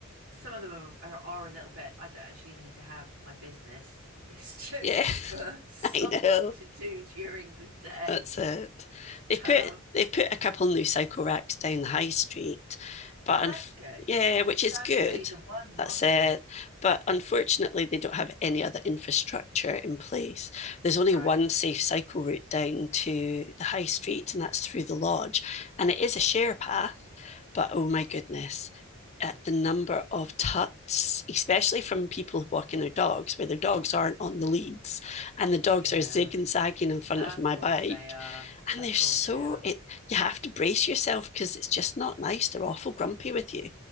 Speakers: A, on the right; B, on the left.
A: some of them are, are, are a little bit I don't actually need to have my business. <laughs> It's just
B: Yeah,
A: for
B: <laughs>
A: something
B: I know.
A: to do during the day.
B: That's it. They've
A: Um,
B: put they've put a couple new cycle racks down the high street, but
A: oh that's
B: unf-
A: good.
B: yeah,
A: Because
B: which
A: it was
B: is
A: only
B: good.
A: really the one,
B: That's
A: wasn't
B: it.
A: there?
B: But unfortunately, they don't have any other infrastructure in place. There's only
A: Right.
B: one safe cycle route down to the high street, and that's through the lodge. And it is a share path, but oh my goodness, at the number of tuts, especially from people walking their dogs, where their dogs aren't on the leads and the dogs
A: Yeah.
B: are zig and zagging in front
A: Of
B: of my
A: course
B: bike.
A: they are.
B: And
A: Of
B: they're
A: course
B: so
A: they are.
B: it you have to brace yourself because it's just not nice. They're awful grumpy with you.